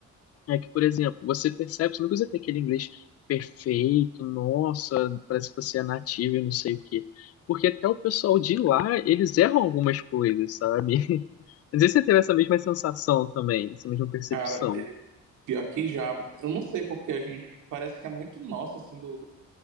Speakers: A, on the left; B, on the right.
A: é que, por exemplo, você percebe, você não precisa ter aquele inglês perfeito, nossa, parece que você é nativo e não sei o quê. Porque até o pessoal de lá, eles erram algumas coisas, sabe? <laughs> Às vezes você teve essa mesma sensação também, essa mesma percepção.
B: Cara, é, pior que já. Eu não sei porque a gente. Parece que é muito nosso, assim, do, do